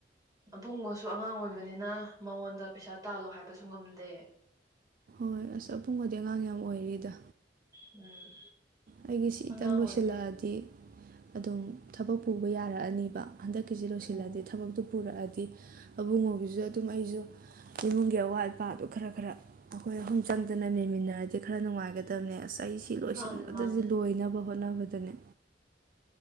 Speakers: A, on the right; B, on the right.
A: ꯑꯕꯨꯡꯉꯣꯁꯨ ꯑꯉꯥꯡ ꯑꯣꯏꯕꯅꯤꯅ ꯃꯉꯣꯟꯗ ꯄꯩꯁꯥ ꯇꯥꯜꯂꯣ ꯍꯥꯏꯕꯁꯨ ꯉꯝꯗꯦ꯫
B: ꯍꯣꯏ ꯑꯁ ꯑꯄꯨꯡꯕꯗꯤ ꯑꯉꯥꯡ ꯌꯥꯝ ꯑꯣꯏꯔꯤꯗ꯫
A: ꯎꯝ
B: ꯑꯩꯒꯤ ꯁꯤꯇꯪ
A: ꯑꯉꯥꯡ
B: ꯂꯣꯏꯁꯤꯜꯂꯛꯑꯗꯤ
A: ꯑꯣꯏꯔꯤ
B: ꯑꯗꯨꯝ ꯊꯕꯛ ꯄꯨꯕ ꯌꯥꯔꯛꯑꯅꯤꯕ ꯍꯟꯗꯛꯀꯤꯁꯦ ꯂꯣꯏꯁꯤꯜꯂꯗꯤ
A: ꯎꯝ
B: ꯊꯕꯛꯇꯨ ꯄꯨꯔꯛꯑꯗꯤ ꯑꯕꯨꯡꯉꯣꯒꯤꯁꯨ ꯑꯗꯨꯝ ꯑꯩꯁꯨ ꯏꯃꯨꯡꯒꯤ ꯑꯋꯥꯠꯄꯥꯗꯣ ꯈꯔ ꯈꯔ ꯑꯩꯈꯣꯏ ꯑꯍꯨꯝ ꯆꯪꯗꯅ ꯃꯦꯟꯃꯤꯟꯅꯔꯗꯤ ꯈꯔ ꯅꯨꯡꯉꯥꯏꯒꯗ ꯇꯝꯅꯦ ꯑꯁ ꯑꯩ ꯁꯤ ꯂꯣꯏꯁꯤꯟꯕꯗꯗꯤ
A: ꯃꯥꯅꯦ ꯃꯥꯅꯦ
B: ꯂꯣꯏꯅꯕ ꯍꯣꯠꯅꯕꯗꯅꯦ